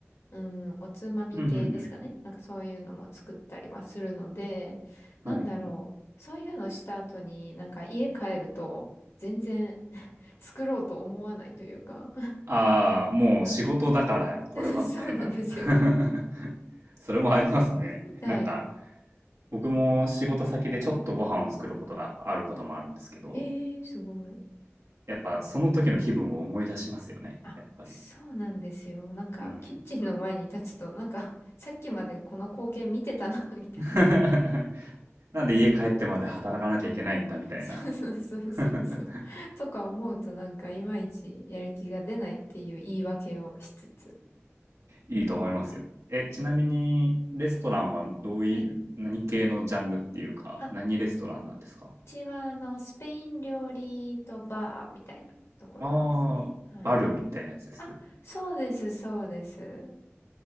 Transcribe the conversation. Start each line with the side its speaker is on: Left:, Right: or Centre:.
Left: うん、おつまみ系ですかね。
Right: うんうん
Left: なんかそういうのも作ったりはするので、なんだろう。
Right: うん。はい。
Left: そういうのした後になんか家帰ると全然 <laughs> 作ろうと思わないというか
Right: ああ、もう仕事だから、これは、
Left: <laughs>
Right: みたいな。
Left: そうなんですよ。
Right: <laughs> それもありますね。
Left: <laughs> はい。
Right: なんか、僕も仕事先でちょっとご飯を作ることがあることもあるんですけど、
Left: ええー、すごい。
Right: やっぱその時の気分を思い出しますよね、
Left: あ、
Right: やっぱり。
Left: そうなんですよ。なんかキッチンの前に立つとなんかさっきまでこの光景見てたな
Right: うん。
Left: <laughs> みたいな
Right: <laughs> なんで家帰ってまで働かなきゃいけないんだ、みたいな。
Left: そうそうそうそうそう。
Right: <laughs>
Left: とか思うとなんかいまいちやる気が出ないっていう言い訳をしつつ。
Right: いいと思いますよ。え、ちなみに、レストランはどういう、
Left: はい。
Right: 何系のジャンルっていうか、
Left: あ、う
Right: 何レストランなんですか
Left: ちはあの、スペイン料理とバーみたいなところですね。
Right: ああー、
Left: はい。
Right: バルみたいなやつです。
Left: あ、そうです、そうです。